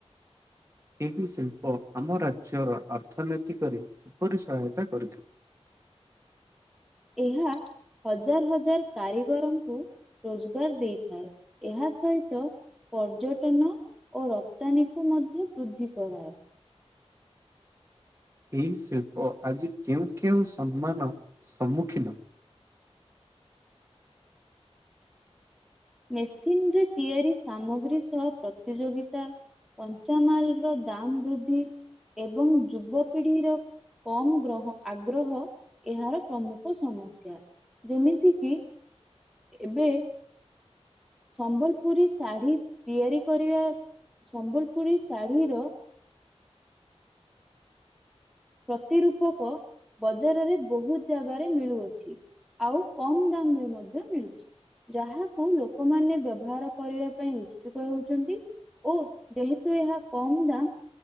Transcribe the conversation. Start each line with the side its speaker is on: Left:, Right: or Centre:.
Right: ଏହି ଶିଳ୍ପ ଆମ ରାଜ୍ୟର ଅର୍ଥନୈତିକରେ କିପରି ସହାୟତା କରିଥାଏ?
Centre: ଏହା ହଜାର ହଜାର କାରିଗରଙ୍କୁ ରୋଜଗାର ଦେଇଥାଏ। ଏହା ସହିତ ପର୍ଯ୍ୟଟନ ଓ ରପ୍ତାନୀକୁ ମଧ୍ୟ ବୃଦ୍ଧି କରାଏ।
Right: ଏହି ଶିଳ୍ପ ଆଜି କେଉଁ କେଉଁ ସମ୍ମାନ ସମ୍ମୁଖୀନ?
Centre: ମେସିନରେ ତିଆରି ସାମଗ୍ରୀ ସହ ପ୍ରତିଯୋଗିତା କଞ୍ଚାମାଲର ଦାମ ବୃଦ୍ଧି ଏବଂ ଯୁବପିଢିର କମ୍ ଗ୍ରହ ଆଗ୍ରହ ଏହାର ପ୍ରମୁଖ ସମସ୍ୟା। ଯେମିତିକିି ଏବେ ସମ୍ବଲପୁରୀ ଶାଢୀ ତିଆରି କରିବା, ସମ୍ବଲପୁରୀ ଶାଢୀର ପ୍ରତିରୂପକ ବଜାରରେ ବହୁତ ଜାଗାରେ ମିଳୁଅଛି। ଆଉ କମ୍ ଦାମରେ ମଧ୍ୟ ମିଳୁଛି। ଯାହାକୁ ଲୋକମାନେ ବ୍ୟବହାର କରିବା ପାଇଁ ଉତ୍ସୁକ ହେଉଛନ୍ତି। ଓ ଯେହେତୁ ଏହା କମ ଦାମ୍